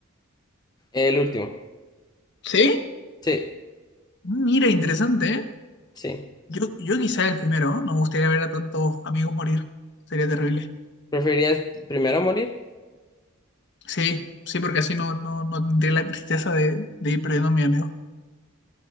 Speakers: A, on the left; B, on the left.
A: El último.
B: ¿Sí?
A: Sí,
B: Mira, interesante, ¿eh?
A: sí.
B: Yo, yo quizá el primero, ¿no? No me gustaría ver a tantos amigos morir. Sería terrible.
A: ¿Preferirías primero morir?
B: Sí, sí, porque así no, no, no tendría la tristeza de, de ir perdiendo a mi amigo.